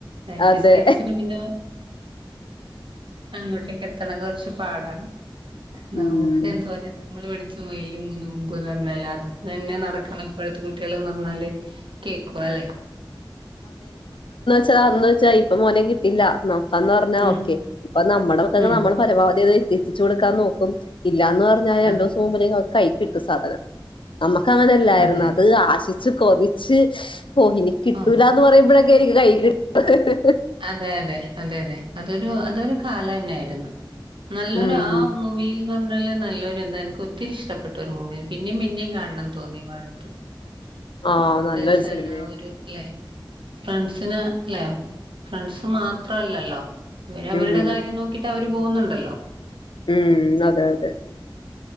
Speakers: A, on the right; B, on the left.
A: നയന്റീൻസ്
B: അതെ
A: സ്കിഡ്സിന് പിന്നെ അങ്ങോട്ടേക്കത്തണ കൊർച്ച് പാടാ നമുക്ക്
B: ഉം
A: എന്തോര നമ്മള് പിടിച്ച മുയലിന് മൂന്ന് കൊമ്പ്ന്ന് പറഞ്ഞപോലെ അത് തെന്നെ ന ടക്കണം ഇപ്പഴത്തെ കുട്ട്യാള്ന്ന് പറഞ്ഞാല് കേക്കു അല്ലേ
B: <unintelligible> വെച്ചാൽ ഇപ്പ മോനെ കിട്ടില്ല അന്ന് പറഞ്ഞാ
A: ഉം
B: ഓക്കെ ഇപ്പ നമ്മടെ മക്കക്ക്
A: ഉം
B: നമ്മള് പരമാവത തി എത്തിച്ചു കൊടുക്കാൻ നോക്കും ഇ ഇല്ലാന്ന് പറഞ്ഞാ രണ്ടൂസം
A: അതെ
B: മുമ്പേന്നെ <unintelligible> കൈക്കിട്ടു സാധനം നമ്മക്ക് അങ്ങനല്ലായിരുന്നോ
A: അതെ
B: അത് ആശി ച്ച് കൊതിച്ച് പോയിനി കിട്ടൂലാന്നു
A: ആ
B: പറയുമ്പഴേ ക്ക് <unintelligible>
A: അതെ അതെ അതെ അതെ അതൊരു അതൊരു കാലം തന്നായിരുന്നു നല്ലൊരു
B: ഉം
A: ആ മൂവിൽ <unintelligible> പറഞ്ഞാല് നല്ലൊരു എന്താ എനിക്ക് ഒത്തിരി ഇഷ്ടപ്പെട്ടൊരു മൂവി പിന്നിം പിന്നിം കാൺണം തോന്നി വാഴ ടൂ <unintelligible>
B: ആഹ് നല്ലൊരു സിനിമയായിരുന്നു
A: ആ ഒരു ലേ ഫ്രണ്ട്സിന് അല്ലേ ഫ്രണ്ട്സ് മാ ത്രല്ലല്ലോ അവര്
B: ഉം
A: അവരുടെ കാര്യം നോക്കിട്ട് അവര് പോകുന്നുണ്ടല്ലോ
B: ഉം അതെ അതെ